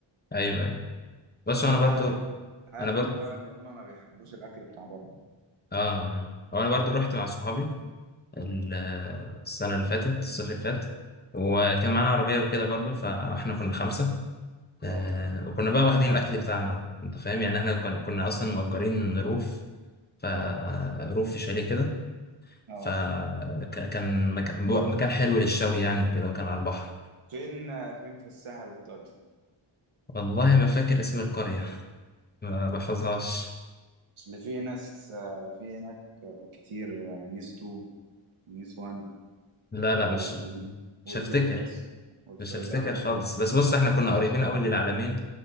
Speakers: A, on the left (about 20°); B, on the right (about 75°).
A: ايوه ايوه بصوا
B: هم
A: انا برضو
B: عالي عالي
A: انا برضو
B: من النوع اللي هم ما بيحبوش الاكل بتاع بره
A: اه هو انا برضو رحت مع صحابي ال-
B: مم.
A: السنة اللي فاتت الصيف اللي فات وكان معانا عربية وكده برضو فاحنا كنا خمسة
B: اه
A: آه، وكنا بقى واخدين الأكل بتاعنا أنت فاهم يعني احنا
B: مم.
A: كنا كنا أصلا مأجرين روف فروف
B: اه
A: في شاليه كده
B: اه
A: فكان مكان مكان حلو للشوي يعني وكده وكان على البحر
B: فين فين في الساحل الطيب
A: والله ما فاكر اسم القرية ما بحفظهاش
B: اللي في ناس آه، في هناك آه، كتير آه، نيس تو ونيس وان
A: لا لا
B: و-
A: مش مش
B: واللوتس
A: هفتكر
B: والفردوس
A: مش هفتكر خالص بس بص احنا كنا قريبين قوي للعلمين